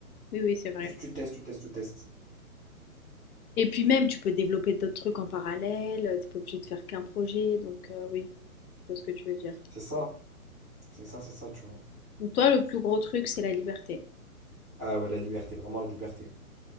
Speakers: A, on the left; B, in the centre.
A: Oui, oui, c'est vrai.
B: juste tu testes, tu testes, tu testes.
A: Et puis même, tu peux développer d'autres trucs en parallèle, euh, t'es pas obligé de faire qu'un projet, donc euh, oui, je vois ce que tu veux dire.
B: C'est ça, c'est ça, c'est ça, tu vois.
A: Donc toi, le plus gros truc, c'est la liberté.
B: Ah ouais, la liberté, vraiment la liberté.